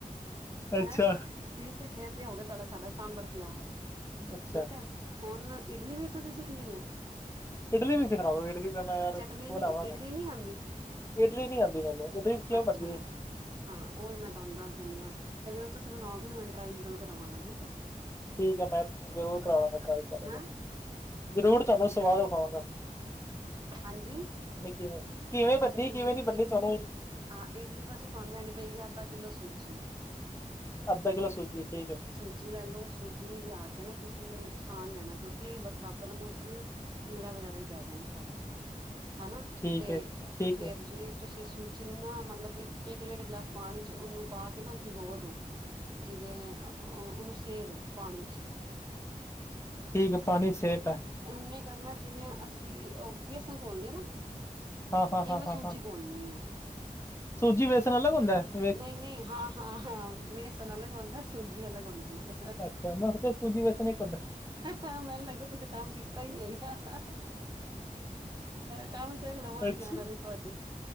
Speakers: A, on the left; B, on the right.
A: ਅੱਛਾ
B: ਹੈ ਠੀਕ ਐ ਫੇਰ ਤੇ ਹੋ ਗਿਆ ਤੁਹਾਡਾ ਸਾਡਾ ਸਾਂਬਰ ਤਿਆਰ
A: ਅੱਛਾ
B: ਠੀਕ ਐ ਹੁਣ ਇਡਲੀ ਵੀ ਤੁਸੀਂ ਸਿੱਖਣੀ ਏ।
A: ਇਡਲੀ ਵੀ ਸਿਖਾਦੋ, ਇਡਲੀ ਤਾਂ ਮੈਂ ਯਾਰ
B: ਚਟਨੀ
A: ਬਣਾਵਾਂਗਾ,
B: ਨੀ ਇਡਲੀ ਨੀ ਆਉਂਦੀ
A: ਇਡਲੀ ਨੀ ਆਂਦੀ ਮੈਨੂੰ। ਇਡਲੀ ਕਿਵੇਂ
B: ਅੱਛਾ।
A: ਬਣਦੀ ਹੈ
B: ਹਾਂ, ਉਹ ਵੀ ਮੈਂ ਤੁਹਾਨੂੰ ਦੱਸ ਦਿੰਨੀ ਆਂ ਜਦੋਂ ਤੁਸੀਂ ਬਣਾਓਗੇ ਮੈਨੂੰ ਟਾ੍ਈ ਜਰੂਰ ਕਰਵਾਨਾ ਠੀਕ ਐ।
A: ਠੀਕ ਐ ਮੈਂ ਜ਼ਰੂਰ ਕਰਾਵਾਂਗਾ ਟਰਾਈ ਤੂਹਾਡੇ ਕੋ,
B: ਹੈਂ
A: ਜ਼ਰੂਰ ਤੁਹਾਨੂੰ ਸਵਾਦ ਵਖਾਵਾਂਗਾ।
B: ਹਾਂਜੀ,
A: ਕਿਵੇਂ ਕਿਵੇਂ ਬਣਨੀ
B: ਅੱਛਾ
A: ਕਿਵੇਂ
B: ਇਡਲੀ,
A: ਨੀ ਬਣਨੀ
B: ਇਡਲੀ
A: ਤੁਹਾਨੂੰ
B: ਹਾਂ ਇਡਲੀ ਵਾਸ ਤੇ ਤੁਹਾਨੂੰ ਲੈਣੀ ਪਏਗੀ ਅੱਧਾ ਕਿੱਲੋ ਸੂਜੀ
A: ਅੱਧਾ ਕਿਲੋ ਸੂਜੀ ਠੀਕ ਐ।
B: ਸੂਜੀ ਲੈ ਲਓ, ਸੂਜੀ ਲਿਆ ਕੇ ਨਾ ਤੁਸੀ ਓਨੂੰ ਛਾਣ ਲੈਣਾ ਕਿਉਂਕਿ ਇਹ ਬਰਸਾਤਾਂ ਦਾ ਮੌਸਮ ਐ। ਕੀੜਾ ਵਗੈਰਾ ਵੀ ਪੈ ਜਾਂਦਾ ਐ ਹਨਾ
A: ਠੀਕ
B: ਤੇ
A: ਹੈ ਠੀਕ
B: ਫੇਰ
A: ਹੈ
B: ਜੀ ਤੁਸੀਂ ਸੂਜੀ ਨੂੰ ਨਾ ਮਤਲਬ ਕਿ ਇੱਕ ਡੇਢ ਗਲਾਸ ਪਾਣੀ ਚ ਉਹਨੂੰ ਪਾ ਕੇ ਨਾ ਭਿਗੋ ਦੋ ਜਿਵੇਂ ਓਨੂੰ ਸੇ ਦੋ ਪਾਣੀ ਚ
A: ਠੀਕ ਪਾਣੀ ਸਿਹਤ ਹੈ।
B: ਈਉ ਨੇ ਕਰਨਾ ਜਿਵੇਂ ਅਸੀਂ ਓ ਵੇਸਣ ਘੋਲਦੇ ਆ ਨਾ।
A: ਹਾਂ ਹਾਂ
B: ਇਵੇੈਂ
A: ਹਾਂ ਹਾਂ
B: ਸੂਜੀ
A: ਹਾਂ
B: ਘੋਲਣੀ ਐ।
A: ਸੂਜੀ ਵੇਸਣ ਅਲੱਗ ਹੁੰਦਾ ਐ।
B: ਨਈ-ਨਈ, ਹਾਂ-ਹਾਂ-ਹਾਂ ਵੇਸਨ ਅਲਗ ਹੁੰਦਾ, ਸੂਜੀ ਅਲਗ ਹੁੰਦੀ ਐ।
A: ਅੱਛਾ, ਮੈਂ ਸੋਚਿਆ ਸੂਜੀ ਵੈਸਨ ਇਕ ਹੁੰਦਾ।
B: ਹਾਂ ਮੈਨੂੰ ਲੱਗਦਾ ਤੁਸੀਂ ਕੰਮ ਕੀਤਾ ਈ ਨਈ ਹੈਗਾ ਹੈ। ਕੰਮ ਸਿੱਖ ਲਵੋ ਵੋਟੀ
A: ਅੱਛਾ
B: ਆਂਣ ਆਲੀ ਤੁਹਾਡੀ।